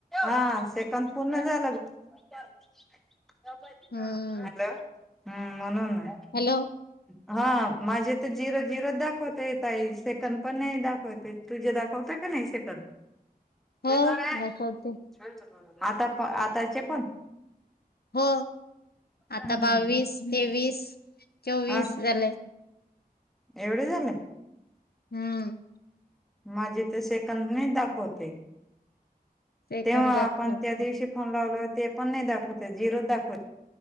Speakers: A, in the centre; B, on the left (about 85°).
A: हा सेकंद पूर्ण झालं <inaudible>
B: हम्म
A: हॅलो... हम्म... म्हणून हे.
B: हॅलो.
A: हा... माझे तर झिरो झिरो दाखवत ये ताई... सेकंद पण नई दाखवत ए. तुझ्या दाखवता का नाही सेकंद?
B: हो
A: ते तर हे.
B: दाखवते.
A: छान... <unintelligible> आता... आताचे पण!
B: हो... आता...
A: हम्म
B: बावीस, तेवीस, चोवीस
A: हा
B: झाले.
A: एवढे झाले?
B: हम्म.
A: माझे तर सेकंदने दाखवते.
B: सेकंद
A: तेव्हा...
B: दाखवते
A: आपण त्या दिवशी फोन लावला... ते पण नाई दाखवते... झिरो दाखवते.